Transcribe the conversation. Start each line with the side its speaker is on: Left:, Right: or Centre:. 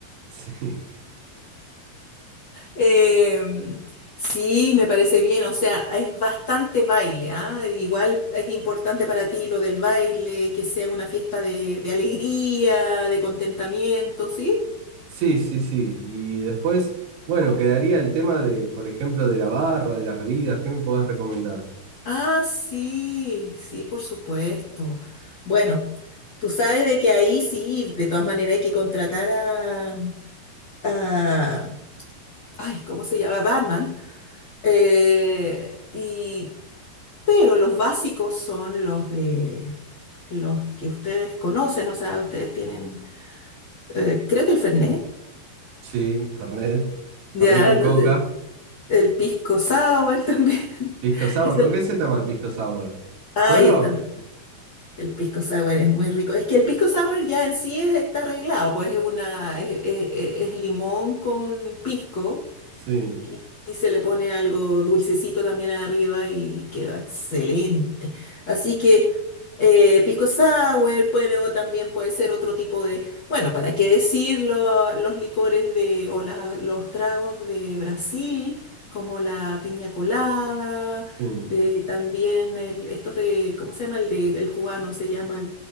Right: Sí,
Left: Eh, sí, me parece bien, o sea, es bastante baile, ¿ah? Igual es importante para ti lo del baile, que sea una fiesta de, de alegría, de contentamiento, ¿sí?
Right: <laughs> sí, sí, sí. Y después, bueno, quedaría el tema de, por ejemplo, de la barra, de las bebidas. ¿Qué me podés recomendar?
Left: Ah, sí, sí, por supuesto. Bueno, tú sabes de que ahí sí, de todas maneras hay que contratar a, a- ay, ¿cómo se llama? Barman. Eh, y Pero los básicos son los de los que ustedes conocen, o sea, ustedes tienen, eh, creo que el Fernet,
Right: Sí, Fernet.
Left: ya,
Right: Fernet con
Left: no
Right: coca.
Left: sé, el pisco sour también. <laughs>
Right: Pisco sour.
Left: Es
Right: ¿Con
Left: el,
Right: qué se toma el pisco sour?
Left: ay,
Right: ¿Solo?
Left: es tan- el pisco sour es muy rico. Es que el pisco sour ya en sí es- está arreglado, pues es una, es, es- es limón con pisco
Right: Sí,
Left: Y, y se le pone algo dulcecito también arriba y queda excelente. Así que eh, pisco sour, pero también puede ser otro tipo de, bueno, ¿para qué decirlo? Los licores de, o la- los tragos de Brasil, como la piña colada,
Right: sí.
Left: eh, también el, estos de, ¿cómo se llama? El de, el cubano, se llama